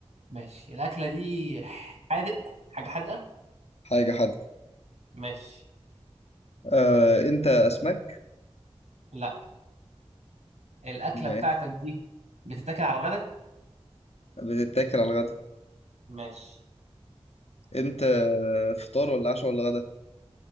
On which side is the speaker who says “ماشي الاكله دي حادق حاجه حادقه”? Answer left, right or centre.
Right